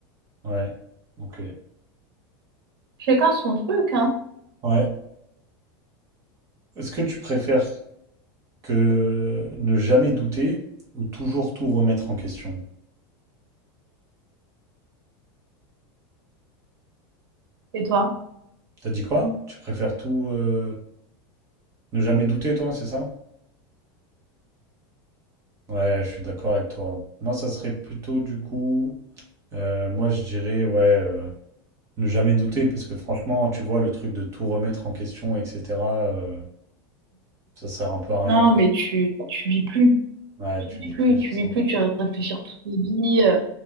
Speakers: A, on the right; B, on the right.
A: Ouais, ok.
B: Chacun son truc, hein.
A: Ouais. Est-ce que tu préfères que ne jamais douter ou toujours tout remettre en question?
B: Et toi?
A: T'as dit quoi? Tu préfères tout euh, ne jamais douter, toi, c'est ça? Ouais, je suis d'accord avec toi. Moi, ça serait plutôt du coup, euh, moi, je dirais, ouais, euh, ne jamais douter parce que franchement, tu vois, le truc de tout remettre en question, etc., euh, ça sert un peu à rien,
B: Non,
A: quoi.
B: mais tu, tu vis plus.
A: Ouais,
B: Tu
A: tu
B: vis
A: vis
B: plus,
A: plus, c'est
B: tu vis
A: ça.
B: plus, tu vas réfléchir toute ta vie. euh.